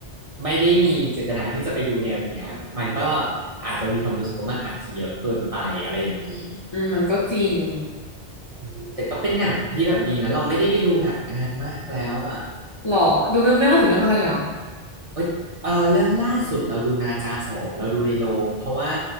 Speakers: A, on the right; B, on the left.
A: ไม่ได้มีเจตนาที่จะไปดูแนวเนี้ยมันก็อาจจะมีความรู้สึกว่ามันอาจจะเยอะเกินไปอะไรอย่างนี้
B: อืมมันก็จริง
A: อืมแต่ก็เป็นหนังที่แบบดีนะเราไม่ได้ไปดูหนังนานมากแล้วอ่ะ
B: หรอดูเรื่องเรื่องล่าสุดเรื่องอะไรอ่ะ
A: เอ้ยเออเรื่องล่าสุดเราดูนาจาสองเราดูในโรงเพราะว่า